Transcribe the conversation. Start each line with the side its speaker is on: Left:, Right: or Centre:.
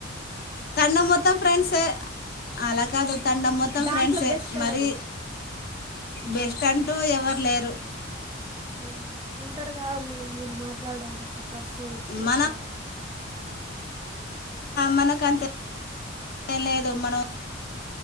Left: తండం మొత్తం ఫ్రెండ్సే అలా కాదు తండం మొత్తం
Right: దాంట్లో
Left: ఫ్రెండ్సే
Right: బెస్ట్
Left: మరి
Right: ఎవరు
Left: బెస్ట్ అంటూ ఎవరు లేరు
Right: అవునా ఉంటారు కదా మీ మీరు మాట్లాడడానికి పర్సనల్స్ అనంత
Left: మనం
Right: వాడు
Left: మనకంత ఏం లేదు మనం